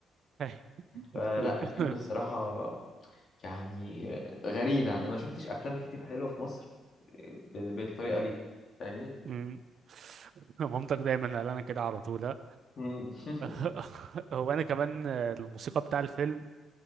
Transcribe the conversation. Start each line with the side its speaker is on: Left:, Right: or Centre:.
Right: أي. <laughs>
Left: فلا الفيلم الصراحة يعني غريب يعني أنا ما شفتش أفلام كتير حلوة في مصر بال- بالطريقة دي فاهمني
Right: مم. مامتك دايما قال انا كده على طول ها؟
Left: مم. <laughs>
Right: <laughs> هو انا كمان آه، الموسيقى بتاع الفيلم